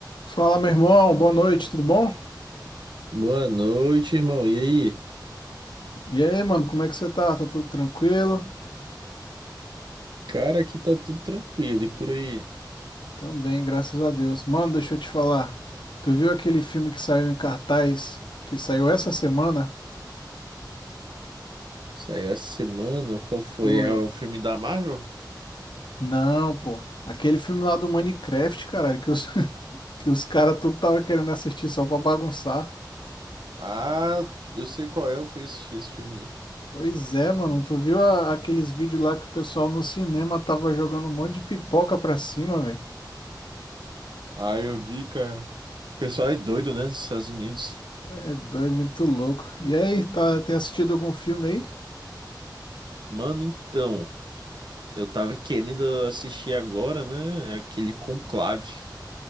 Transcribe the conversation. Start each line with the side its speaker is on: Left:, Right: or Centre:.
Left: Fala, meu irmão, boa noite, tudo bom?
Right: Boa noite, irmão. E aí?
Left: E aí, mano, como é que você tá? Tá tudo tranquilo?
Right: Cara, aqui tá tudo tranquilo. E por aí?
Left: Também, graças a Deus. Mano, deixa eu te falar. Tu viu aquele filme que saiu em cartaz, que saiu essa semana?
Right: Saiu essa semana? Qual
Left: Foi.
Right: foi? É o filme da Marvel?
Left: Não, pô. Aquele filme lá do Minecraft, caralho, que os, <laughs> que os caras tudo tava querendo assistir só pra bagunçar.
Right: Ah, eu sei qual é. Eu fui assistir esse filme aí.
Left: Pois é, mano, tu viu a- aqueles vídeos lá que o pessoal no cinema tava jogando um monte de pipoca pra cima, velho?
Right: Ah, eu vi, cara. O pessoal é doido, né? Nos Estados Unidos.
Left: É doido, muito louco. E aí, tá, tem assistido algum filme aí?
Right: Mano, então. Eu tava querendo assistir agora, né? Aquele Conclave.